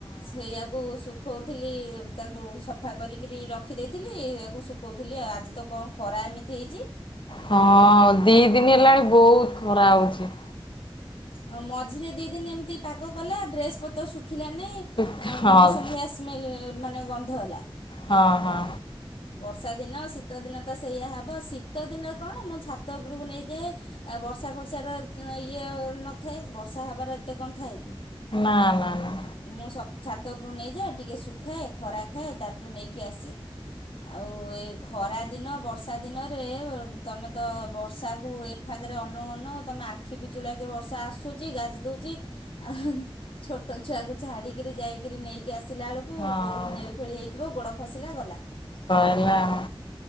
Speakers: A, on the left; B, on the left.
A: ସେଇଆକୁ ଶୁଖୋଉଥିଲି ତାକୁ ସଫା କରିକରି ରଖି ଦେଇ ଥିଲି ୟାକୁ ଶୁଖୋଉଥିଲି ଆଉ ଆଜି ତ କଣ ଖରା ଏମିତି ହେଇଚି।
B: ହଁ ଦି ଦିନି ହେଲାଣି ବୋହୁତ୍ ଖରା ହୋଉଚି।
A: ହଁ ମଝିରେ ଦିଇ ଦିନି ଏମିତି ପାଗ କଲା ଡ୍ରେସ୍ ପତ୍ର ଶୁଖିଲାନେଇଁ
B: ହଁ
A: ଆଉ
B: ହଁ
A: ମୌସୁମୀ ଭଳିଆ ଆସିଲା। ସ୍ମେଲ୍ ମାନେ ଗନ୍ଧ ହେଲା।
B: ହଁ ହଁ।
A: ବର୍ଷା ଦିନ ଶୀତ ଦିନ ତ ସେଇୟା ହବ ଶୀତ ଦିନ କଣ ମୁଁ ଛାତ ଉପୁରୁକୁ ନେଇଯାଏ। ଆଉ ବର୍ଷା ଫର୍ଷାର ଇଏ ନଥାଏ ବର୍ଷା ହେବାର ଏତେ କଣ ଥାଏ କି?
B: ନା ନା ନା।
A: ମୁଁ ସବ୍ ଛାତ ଓପରୁକୁ ନେଇଯାଏ ଟିକେ ଶୁଖାଏ ଖରା ଖାଏ ତାପରେ ନେଇକି ଆସେ। ଆଉ ଏଇ ଖରା ଦିନ ବର୍ଷା ଦିନରେ ତମେ ତ ବର୍ଷାକୁ ସଫା କରି ଅନୋଉ ଅନୋଉ ତମ ଆଖି ପିଚୁଳାକେ ବର୍ଷା ଆସୁଚି ଗାଜି ଦୋଉଚି। ଆଉ ଛୋଟ ଛୁଆକୁ ଛାଡ଼ିକିରି ଯାଇକିରି ନେଇକି ଆସିଲା ବେଳକୁ
B: ହଁ
A: କେଉଁଠି ନେଇକି ନେଳି ଫେଳି ହେଇଥିବ ଗୋଡ଼ ଖସିଲା ଗଲା।
B: କଣ କରିବା ଆଉ।